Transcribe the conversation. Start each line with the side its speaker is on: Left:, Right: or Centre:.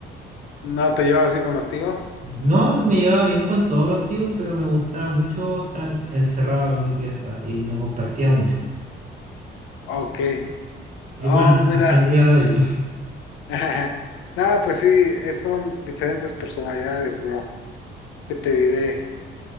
Left: ¿No te llevabas bien con los tíos?
Right: No me llevaba bien con todos los tíos, pero me gustaba mucho estar encerrado en mi pieza y no compartía mucho.
Left: Ok.
Right: Y
Left: Oh,
Right: bueno,
Left: mira.
Right: hasta el día de hoy. <laughs>
Left: <laughs> No, pues sí, eh, son diferentes personalidades, bro. ¿Qué te diré?